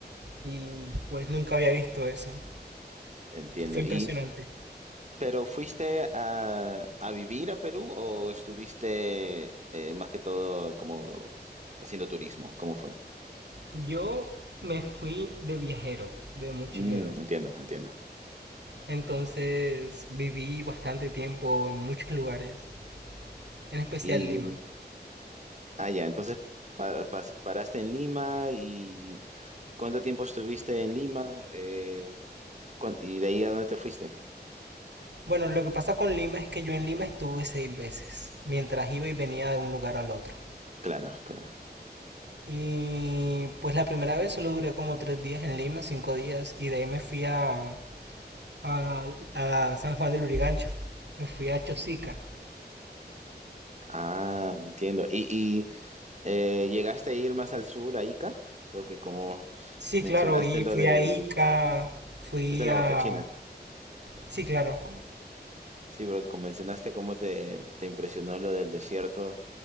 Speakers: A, on the right; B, on the right.
A: y pues nunca había visto eso.
B: entiendo.
A: Fue impresionante.
B: Y, pero ¿fuiste a, a vivir a Perú o estuviste eh, más que todo como haciendo turismo? ¿Cómo fue?
A: Yo me fui de viajero, de mochilero.
B: Mm, entiendo, entiendo.
A: Entonces viví bastante tiempo en muchos lugares, en especial
B: Y,
A: Lima.
B: ah, ya, entonces pa- pas- paraste en Lima y ¿cuánto tiempo estuviste en Lima? Eh, Cuan- ¿Y de ahí a dónde te fuiste?
A: Bueno, lo que pasa con Lima es que yo en Lima estuve seis veces, mientras iba y venía de un lugar al otro.
B: Claro, claro.
A: Y pues la primera vez solo duré como tres días en Lima, cinco días, y de ahí me fui a, a, a San Juan del Urigancho, me fui a Chosica.
B: Ah, entiendo. ¿Y, y eh, llegaste a ir más al sur, a Ica? Porque como
A: Sí,
B: mencionaste
A: claro, y
B: lo
A: fui
B: del...
A: a Ica, fui
B: Fuiste a la
A: a...
B: Huacachina.
A: Sí, claro.
B: Sí, porque como mencionaste cómo te, te impresionó lo del desierto